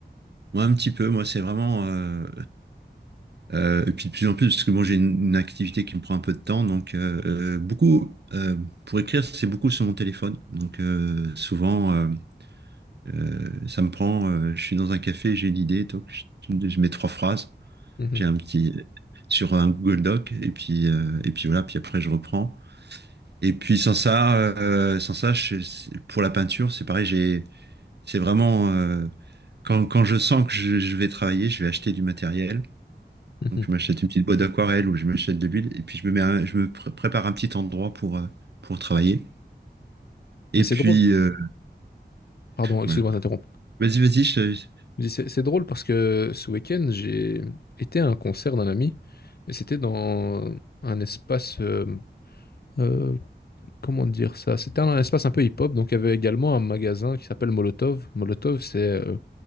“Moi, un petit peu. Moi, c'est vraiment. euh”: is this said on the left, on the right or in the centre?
Right